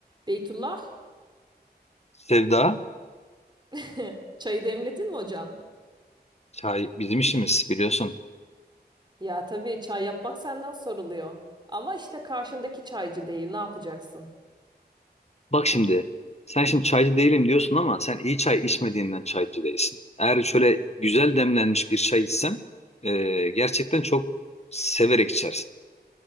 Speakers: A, on the right; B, on the left.
A: Beytullah,
B: Sevda,
A: <laughs> çayı demledin mi hocam?
B: çay bizim işimiz biliyorsun.
A: Ya tabii çay yapmak senden soruluyor. Ama işte karşındaki çaycı değil, ne yapacaksın?
B: Bak şimdi, sen şimdi çaycı değilim diyorsun ama sen iyi çay içmediğinden çaycı değilsin. Eğer şöyle güzel demlenmiş bir çay içsen, e, gerçekten çok severek içersin.